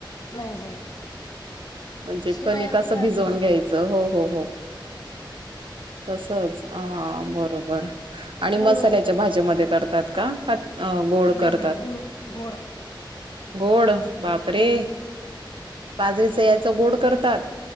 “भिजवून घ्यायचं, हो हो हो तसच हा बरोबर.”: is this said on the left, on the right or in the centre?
Right